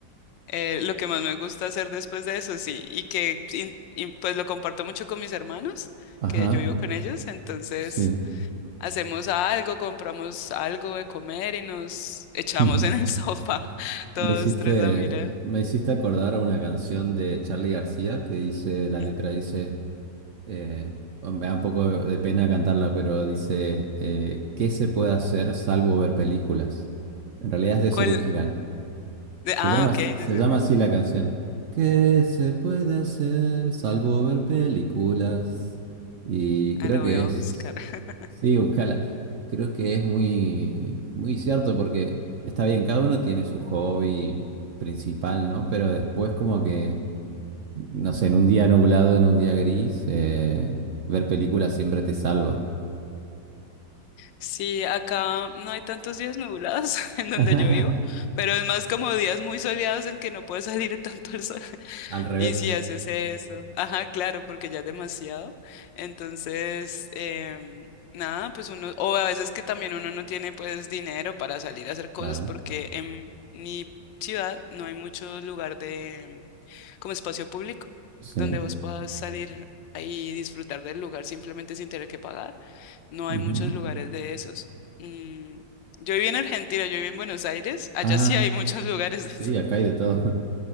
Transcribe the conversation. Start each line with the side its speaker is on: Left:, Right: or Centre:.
Left: eh, lo que más me gusta hacer después de eso, sí, y que in- y pues lo comparto mucho con mis hermanos,
Right: Ajá,
Left: que yo vivo con ellos, entonces
Right: sí.
Left: hacemos algo, compramos algo de comer y nos echamos
Right: <laughs>
Left: en el <laughs> sofá todos
Right: Me hiciste,
Left: tres a mirar.
Right: me hiciste acordar a una canción de Charly García que dice, la letra
Left: Ujú.
Right: dice, eh, bueno, me da un poco de pena cantarla, pero dice, eh, ¿qué se puede hacer salvo ver películas? En realidad es de
Left: ¿Cuál?
Right: Serú Girán.
Left: de-
Right: Se
Left: ah,
Right: llama,
Left: ok,
Right: se
Left: de ese-
Right: llama así
Left: mira.
Right: la canción. ¿Qué se puede hacer salvo ver películas? Y creo
Left: Ah, la
Right: que
Left: voy a
Right: es...
Left: buscar. <laughs>
Right: Sí, buscala. Creo que es muy, muy cierto porque está bien, cada uno tiene su hobby principal, ¿no? Pero después como que, no sé, en un día nublado, en un día gris, eh, ver películas siempre te salva.
Left: Sí, acá no hay tantos días nublados <laughs> en donde
Right: <laughs>
Left: yo vivo, pero es más como días muy soleados en que no puede salir tanto el sol. <laughs>
Right: Al revés,
Left: Y si haces eso, ajá, claro, porque ya es demasiado. Entonces, em, nada, pues uno, o a veces que también uno no tiene pues dinero para salir a hacer cosas
Right: claro.
Left: porque en mi ciudad no hay mucho lugar de como espacio público,
Right: Sí.
Left: donde vos puedas salir ahí y disfrutar del lugar simplemente sin tener que pagar. No
Right: ujú.
Left: hay muchos lugares de esos. Mm, yo viví en Argentina, yo viví en Buenos Aires. Allá
Right: Ah,
Left: sí hay muchos <laughs> lugares de
Right: sí,
Left: esos.
Right: acá hay de todo.